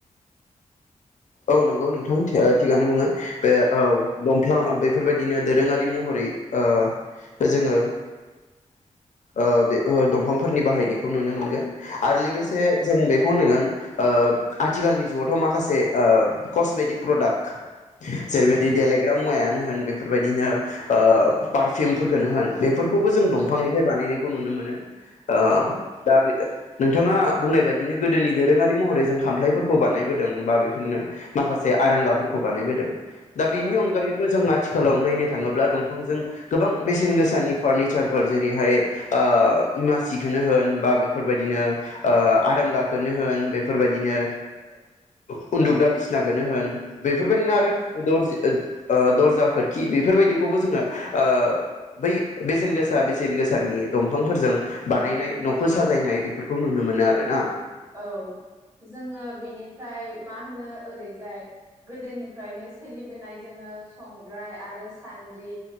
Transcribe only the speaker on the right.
औ
औ
औ
औ
औ जोंङो बेनिफ्राय मा होनो ओरैजाय गोदोनिफ्रायनो सोलिबोनाय जोंङो संग्राय आरो सान्द्रि